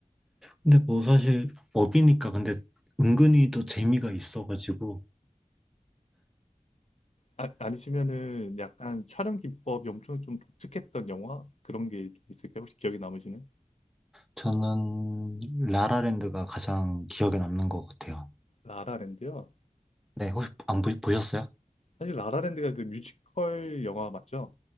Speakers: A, in the centre; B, on the left.
A: 근데 뭐 사실 업이니까 근데 은근히 또 재미가 있어가지고,
B: 아, 아니시면은 약간 촬영 기법이 엄청 좀 독특했던 영화? 그런 게 있을까요? 혹시 기억에 남으시는?
A: 저는 라라랜드가 가장 기억에 남는 것 같아요.
B: 라라랜드요?
A: 네, 혹시 안 보, 보셨어요?
B: 사실 라라랜드가 그 뮤지컬 영화 맞죠?